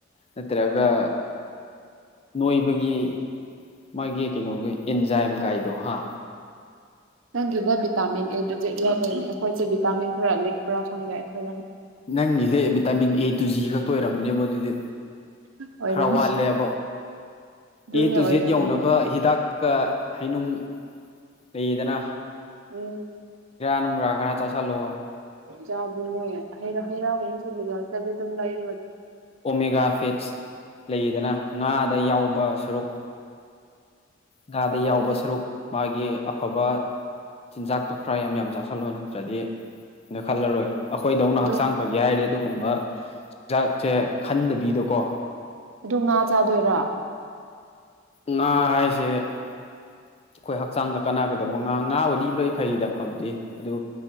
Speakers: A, on the left; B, on the right.
A: ꯅꯠꯇ꯭ꯔꯒ ꯅꯣꯏꯕꯒꯤ ꯃꯥꯒꯤ ꯀꯩꯅꯣꯒꯤ ꯑꯦꯟꯖꯥꯏꯝ ꯀꯥꯏꯗꯣ ꯍꯥ
B: ꯅꯪꯒꯤꯗ ꯚꯤꯇꯥꯃꯤꯟ ꯑꯦ ꯑꯩꯈꯣꯏꯁꯦ ꯚꯤꯇꯥꯃꯤꯟ ꯈꯔ ꯂꯤꯛ ꯄꯨꯔꯥ ꯐꯪꯒꯦ ꯑꯩꯈꯣꯏ
A: ꯅꯪꯒꯤꯁꯦ ꯚꯤꯇꯥꯃꯤꯟ ꯑꯦ ꯇꯨ ꯖꯤ ꯈꯛꯇ ꯑꯣꯏꯔꯝꯅꯦꯕ ꯑꯗꯨꯗꯤ
B: ꯑꯣꯏꯔꯝ
A: ꯈꯔ ꯋꯥꯠꯂꯦꯕ
B: ꯑꯗꯨꯅꯦ
A: ꯑꯦ ꯇꯨ
B: ꯑꯣꯏꯔꯝꯅꯦ
A: ꯖꯦꯠ ꯌꯧꯅꯕ ꯍꯤꯗꯥꯛ ꯀ ꯍꯥꯏꯩꯅꯨꯡ ꯂꯩꯌꯦꯗꯅ
B: ꯎꯝ
A: ꯣꯡ ꯔꯥꯒ꯭ꯔ ꯆꯂꯣ
B: ꯆꯥꯕꯅꯦ ꯍꯩ ꯔꯥꯒꯨꯝꯕ ꯁꯨꯕꯗ ꯆꯂ ꯑꯗꯨꯝ ꯂꯩ
A: ꯑꯣꯃꯦꯒꯥ ꯐꯤꯠꯁ ꯂꯩꯗꯅ ꯉꯥꯗ ꯌꯥꯎꯕ ꯁꯔꯨꯛ ꯉꯥꯗ
B: ꯇꯜꯂꯦ
A: ꯌꯥꯎꯕ ꯁꯔꯨꯛ ꯃꯥꯒꯤ ꯑꯐꯕ ꯆꯤꯟꯖꯥꯛꯇꯣ ꯈꯔ ꯌꯥꯝ ꯌꯥꯝ ꯆꯥꯥꯁꯜꯂꯣ ꯅꯠꯇ꯭ꯔꯗꯤꯣ ꯈꯜꯂꯔꯣꯏ ꯑꯩꯈꯣꯏꯗꯧꯅ
B: ꯑꯗꯨ
A: ꯍꯛꯆꯥꯡ ꯐꯒꯦ ꯍꯥꯏꯔꯗꯤ ꯑꯗꯨꯒꯨꯝꯕ ꯆꯤꯟꯖꯥꯛꯁꯦ ꯈꯟꯗꯕꯤꯗꯣꯀꯣ
B: ꯑꯗꯨ ꯉꯥ ꯆꯥꯗꯣꯏꯔꯥ
A: ꯉꯥ ꯍꯥꯏꯁꯦ ꯑꯩꯈꯣꯏ ꯍꯛꯆꯥꯡꯗ ꯀꯥꯟꯅꯒꯗꯕ ꯉꯥ ꯉꯥꯕꯨꯗꯤ ꯂꯣꯏ ꯐꯩꯗ ꯐꯕꯗꯤ ꯑꯗꯨ